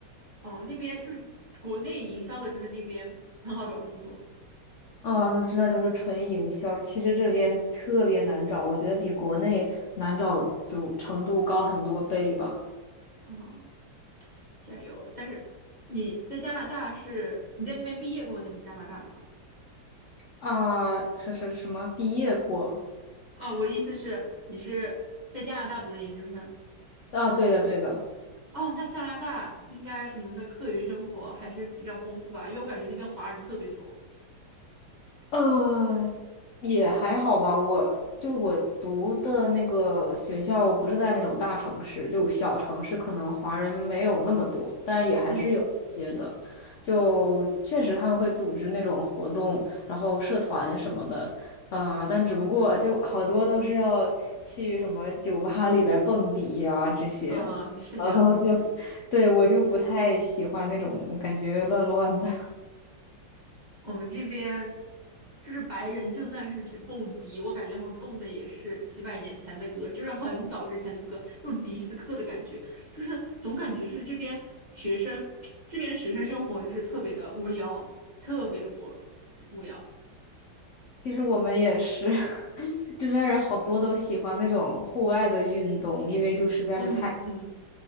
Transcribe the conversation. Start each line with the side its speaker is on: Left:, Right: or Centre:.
Right: 哦那边就是国内营销的，就是那边很好找工作。
Left: 啊！那真的就是纯营销，其实这边特别难找，我觉得比国内难找就程度高很多倍吧。
Right: 啊。加油！但是你在加拿大是你在那边毕业过后才是加拿大的吗？
Left: 啊，是是什么？毕业过？
Right: 哦，我意思是你是在加拿大读的研究生。
Left: 啊，对的对的。
Right: 哦，那加拿大应该你们的课余生活还是比较丰富吧？因为我感觉那边华人特别多。
Left: 呃，也还好吧。我就我读的那个学校不是在那种大城市，就小城市，可能华人没有那么多，但也还是有一些的。
Right: 嗯，
Left: 就确实他们会组织那种活动，然后社团什么的，啊、但只不过就好多都是要去什么酒吧里边蹦迪呀、这些，
Right: 啊、
Left: <laughs>
Right: 是这样的。
Left: 然后就 <laughs> 对我就不太喜欢那种感觉乱乱的。
Right: 我们这边就是白人，就算是去蹦迪，我感觉他们蹦的也是几百年前的歌，就是很早之前的歌，那种迪斯科的感觉，就是总感觉就是这边学生，<tsk> 这边的学生生活就是特别的无聊，特别的 b 无聊。
Left: 其实我们也是，<laughs> 这边人好多都喜欢那种户外的运动，因为就实在是太，
Right: 嗯嗯嗯，